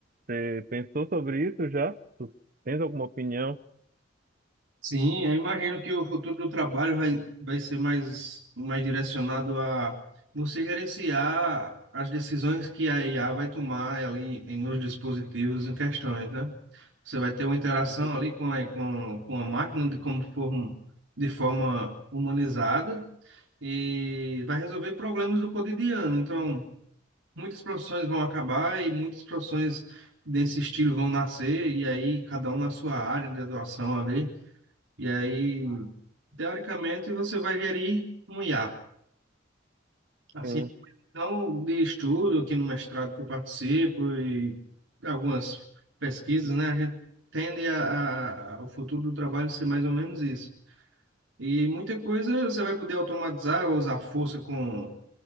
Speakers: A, on the right; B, on the right.
A: Você pensou sobre isso já? Tu tens alguma opinião?
B: Sim, eu imagino que o futuro do trabalho vai, vai ser mais, mais direcionado a você gerenciar as decisões que a IA vai tomar ali em- nos dispositivos em questões, né? Você vai ter uma interação
A: Uhum,
B: ali com a, com, com a máquina de, como forma, de forma humanizada e vai resolver problemas do cotidiano. Então, Muitas profissões vão acabar e muitas profissões desse estilo vão nascer, e aí cada um na sua área de atuação ali. E aí, teoricamente, você vai gerir um IA. Assim,
A: Sim,
B: então de estudo, aqui no mestrado que eu participo e algumas pesquisas, né? A gente tende a, a, o futuro do trabalho ser mais ou menos isso. E muita coisa você vai poder automatizar, ou usar força com